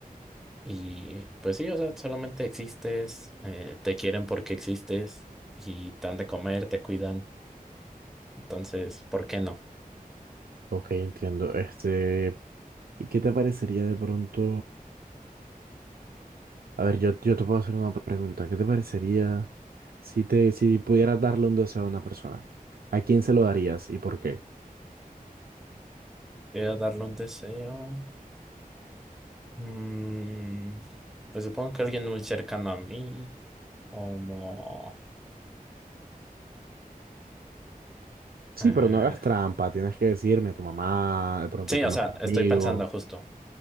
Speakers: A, in the centre; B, on the right.
A: y pues sí, o sea, solamente existes, eh, te quieren porque existes y te dan de comer, te cuidan, entonces, ¿por qué no?
B: Ok, entiendo. Este, ¿y qué te parecería de pronto? A ver, yo, yo te puedo hacer una pregunta. ¿Qué te parecería si te, si pudieras darle un deseo a una persona? ¿A quién se lo darías y por qué?
A: Voy a darle un deseo. Mm, pues supongo que alguien muy cercano a mí, como...
B: Sí,
A: eh,
B: pero no hagas trampa. Tienes que decirme a tu mamá, de pronto
A: sí,
B: a tu
A: o
B: mejor
A: sea,
B: amigo.
A: estoy pensando justo,